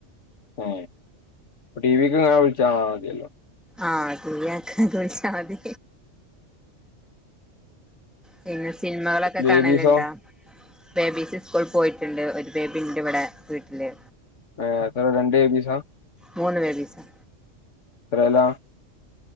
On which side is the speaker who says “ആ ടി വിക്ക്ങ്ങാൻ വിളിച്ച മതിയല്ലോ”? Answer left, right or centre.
Left